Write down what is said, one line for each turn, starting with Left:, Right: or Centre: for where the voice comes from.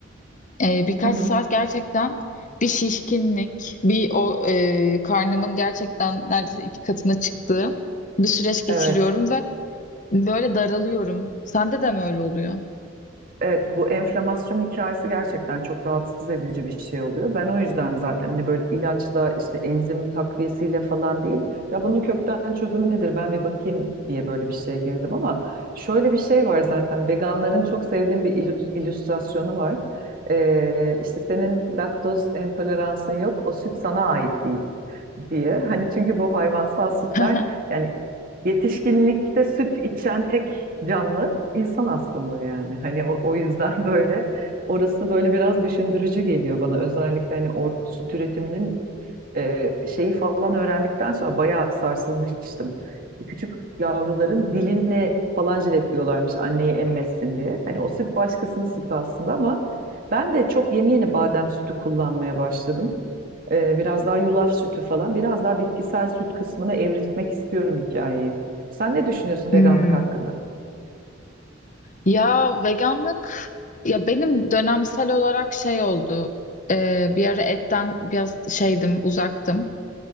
Left: e, birkaç
Right: hı hı.
Left: saat gerçekten bir şişkinlik, bir o e, karnımın gerçekten neredeyse iki katına çıktığı bir süreç geçiriyorum
Right: Evet.
Left: ve böyle daralıyorum. Sende de mi öyle oluyor?
Right: Evet, bu enflamasyon hikayesi gerçekten çok rahatsız edici bir şey oluyor. Ben o yüzden zaten hani böyle ilaçla işte enzim takviyesiyle falan değil. Ya bunun kökten çözümü nedir? Ben bir bakayım diye böyle bir şeye girdim ama şöyle bir şey var zaten. Veganların çok sevdiğim bir illü- illüstrasyonu var. Ee, işte senin laktoz intoleransın yok, o süt sana ait değil diye. Hani çünkü bu hayvansal sütler
Left: <laughs>
Right: yani Yetişkinlikte süt içen tek canlı insan aslında yani. Hani o, o yüzden <laughs> böyle orası böyle biraz düşündürücü geliyor bana. Özellikle hani or süt üretiminin e, şeyi falan öğrendikten sonra bayağı sarsılmıştım. Küçük yavruların diline falan jiletliyorlarmış anneyi emmesin diye. Hani o süt başkasının sütü aslında ama ben de çok yeni yeni badem sütü kullanmaya başladım. Ee, biraz daha yulaf sütü falan, biraz daha bitkisel süt kısmına evrilmek istiyorum hikayeyi. Sen ne düşünüyorsun
Left: Hmm.
Right: veganlık hakkında?
Left: Ya veganlık ya benim dönemsel olarak şey oldu. E, bir ara etten biraz şeydim, uzaktım.